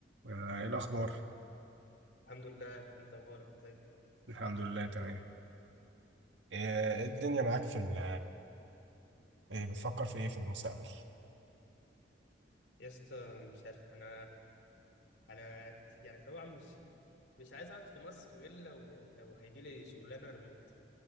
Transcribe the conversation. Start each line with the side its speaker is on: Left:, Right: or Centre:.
Right: آه، ايه الاخبار
Left: الحمد لله انت اخبارك ازيك
Right: الحمد لله تمام ايه إيه الدنيا معاك في ال ايه بتفكر في ايه في المستقبل
Left: يا اسطى مش عارف انا انا يعني طبعا مش مش عايز اقعد في مصر غير لو لو هيجي لي شغلانه ريموت